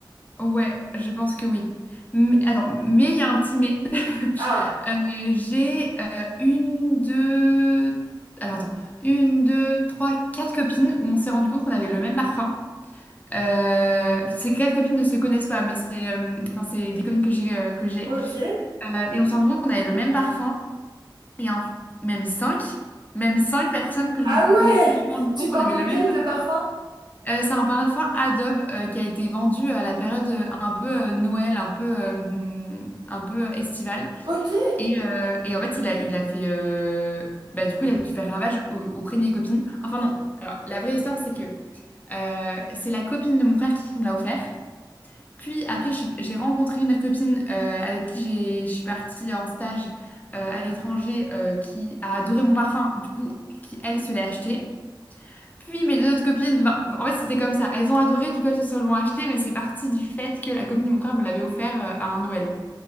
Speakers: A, on the left; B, on the right.
A: ouais, je pense que oui. Mais, attends, mais il y a un petit mais. <laughs>
B: Ah.
A: Euh, j'ai euh, une, deux... Alors attends, une, deux, trois, quatre copines où on s'est rendu compte qu'on avait le même parfum. Euh, ces quatre copines ne se connaissent pas, mais c'est euh, enfin, c'est des copines que j'ai euh, que j'ai.
B: Ok.
A: Euh, et on s'est rendu compte qu'on avait le même parfum. et en- même cinq, même cinq personnes que je,
B: Ah
A: m'en-
B: ouais!
A: que je me suis rendu compte
B: Tu portes
A: qu'on avait
B: lequel
A: le même. parfum.
B: de parfum?
A: Euh, c'est un parfum Adobe euh, qui a été vendu à la période euh, un peu euh, Noël, un peu, euh, hum, un peu euh, estivale.
B: Ok.
A: Et, euh, et en fait, il a, il a fait. euh, bah, du coup, il a dû faire ravage au- auprès de mes copines. Enfin, non. Alors, la vraie histoire, c'est que euh, c'est la copine de mon frère qui me l'a offert. Puis après, je suis- j'ai rencontré une autre copine euh, avec qui j'ai- je suis partie en stage euh, à l'étranger euh, qui a adoré mon parfum, du coup, qui elle se l'est acheté. Puis mes deux autres copines, ben, en fait c'était comme ça, elles ont adoré, du coup elles se sont l'ont acheté, mais c'est parti du fait que la copine de mon frère me l'avait offert euh, à un Noël.